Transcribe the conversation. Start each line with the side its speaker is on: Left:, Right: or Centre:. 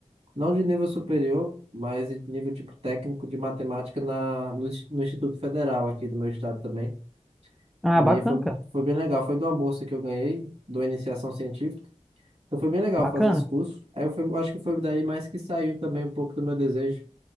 Right: não de nível superior, mas de nível tipo técnico de matemática na, no, Ins- no Instituto Federal aqui do meu estado também.
Centre: Ah,
Right: E
Centre: bacana,
Right: aí foi,
Centre: cara.
Right: foi bem legal. Foi de uma bolsa que eu ganhei, da iniciação científica. Então foi bem legal
Centre: Bacana.
Right: fazer esse curso. Aí eu, fui, eu acho que foi daí mais que saiu também um pouco do meu desejo